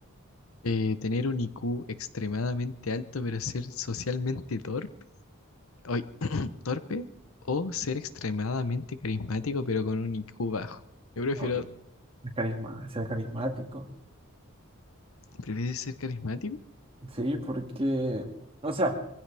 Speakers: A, on the left (about 75°); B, on the right (about 25°).
A: Eh, tener un IQ extremadamente alto, pero ser socialmente torpe, oy, torpe, o ser extremadamente carismático, pero con un IQ bajo. Yo prefiero,
B: No, yo- el carisma, ser carismático.
A: ¿prefieres ser carismático?
B: Sí, porque, o sea,